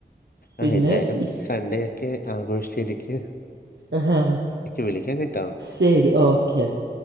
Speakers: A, on the right; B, on the left.
A: പിന്നെ
B: എഹ് എന്തായാലും
A: ഈ-
B: സൺഡേ ഒക്കെ ആഘോഷിച്ചിരിക്കും.
A: ആഹ്.
B: വിളിക്കാം കേട്ടോ-
A: ശരി ഓക്കെ എന്ന.